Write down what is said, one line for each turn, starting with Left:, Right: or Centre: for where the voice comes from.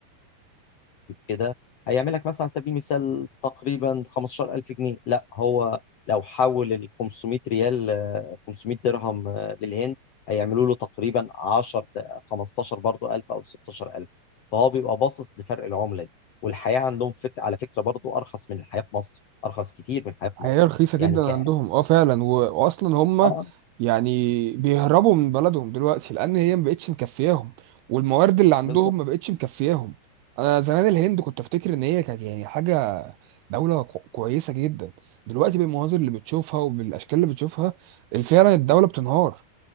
Left: كده هيعمل لك مثلا على سبيل المثال تقريبا 15000 جنيه لا هو لو حول ال 500 ريال آه، 500 درهم آه، للهند هيعملوا له تقريبا 10 15 برضه 1000 أو 16000 فهو بيبقى باصص لفرق العملة دي والحياة عندهم فك... على فكرة برضو أرخص من الحياة في مصر أرخص كتير من الحياة في
Right: هي
Left: مصر
Right: رخيصة جدا
Left: يعني ك
Right: عندهم اه فعلا و... واصلا هم
Left: اه
Right: يعني بيهربوا من بلدهم دلوقتي لان هي ما بقتش مكفياهم والموارد اللي عندهم
Left: بالظبط
Right: ما بقتش مكفياهم انا زمان الهند كنت افتكر ان هي كانت يعني حاجة دولة كو- كويسة جدا دلوقتي بالمناظر اللي بتشوفها وبالاشكال اللي بتشوفها فعلا الدولة بتنهار